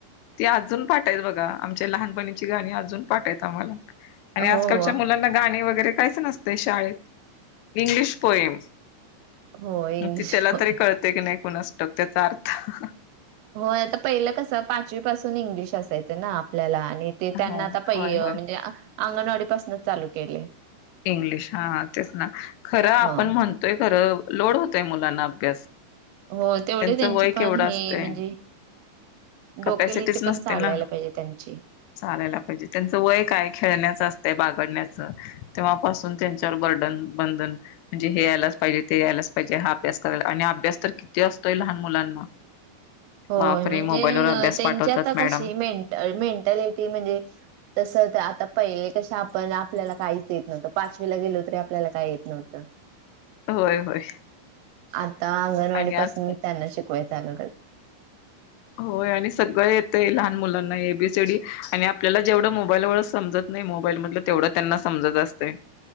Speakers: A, on the left; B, on the right.
A: ती अजून पाठायत बघा. आमच्या लहानपणीची गाणी, अजून पाठायत आम्हाला. आणि आजकालच्या
B: हो
A: मुलां गाणे वगैरे कायच नसतय शाळेत. English poem.
B: हो इंग्लिश
A: ती त्याला
B: बोल
A: तरी कळत की नाही कुणास ठाऊक. त्याचा अर्थ.
B: होय आता पहिलं कसं? पाचवी पासून इंग्लिश असायचं, ना. आपल्याला आणि ते त्यांना
A: होय
B: आता पहि
A: होय
B: म्हणजे,
A: होय
B: अंगणवाडी पासनच चालू केलय.
A: इंग्लिश. हा, तेच ना. खरं, आपण
B: हो
A: म्हणतोय खरं. लोड होतय मुलांना अभ्यास.
B: हो
A: त्यांचं
B: तेवढे त्यांचे
A: वय
B: पण
A: केवढं
B: हे,
A: असतय
B: म्हणजे
A: कपॅसिटीच
B: डोकेलीटी
A: नसते
B: पण चालायला
A: ना
B: पाहिजे, त्यांची.
A: चालायला पाहिजे. त्यांचं वय काय? खेळण्याचं असतंय. बागडण्याचं. तेव्हापासून त्यांच्यावर बर्डन, बंधन. म्हणजे हे यायलाच पाहिजे. ते यायलाच पाहिजे. हा अभ्यास करायला. आणि अभ्यास तर किती असतोय? लहान मुलांना.
B: <inaudible> होय.
A: बापरे
B: म्हणजे,
A: मोबाईलवर अभ्यास
B: त्यांची
A: पाठवतात
B: आता
A: मॅडम
B: कशी मेंट- मेंटॅलिटी म्हणजे तसं तर आता पहिले कशे आपण आपल्याला काहीच येत नव्हतं पाचवीला गेलो तरी आपल्याला काही येत नव्हतं.
A: होय होय
B: आता अंगणवाडी
A: आणि आजकाल
B: पासनच त्यांना शिकवायचं चालू करता.
A: होय आणि सगळं येतय लहान मुलांना एबीसीडी आणि आपल्याला जेवढं मोबाईल मधल समजत नाही मोबाईल मधलं तेवढं त्यांना समजत असतंय.